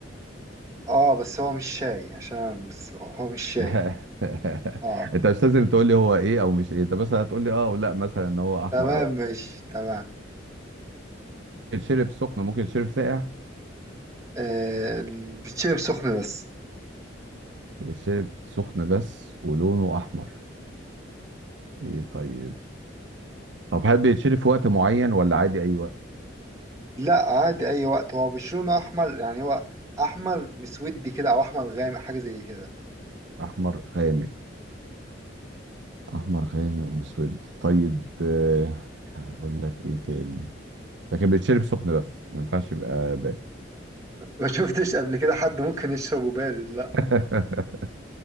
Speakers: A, on the right; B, on the right.
A: اه بس هو مش شاي عشان أنا بس هو مش شاي
B: <laughs>
A: اه
B: انت مش لازم تقول لي هو ايه او مش ايه انت بس هتقول لي اه او لا مثلا ان هو احمر
A: تمام
B: او
A: ماشي تمام
B: بيتشرب سخن ممكن يتشرب ساقع
A: إيه بيتشرب سخن بس
B: بيتشرب سخن بس ولونه احمر ايه طيب طب هل بيتشرب في وقت معين ولا عادي اي وقت
A: لا عادي اي وقت هو مش لونه احمر يعني هو احمر مسودي كده او احمر غامق حاجه زي كده
B: احمر غامق احمر غامق ومسود طيب آه، هقول لك ايه تاني لكن بيتشرب سخن بس ما ينفعش يبقى بارد
A: ما شفتش قبل كده حد ممكن يشربه بارد لا
B: <laughs>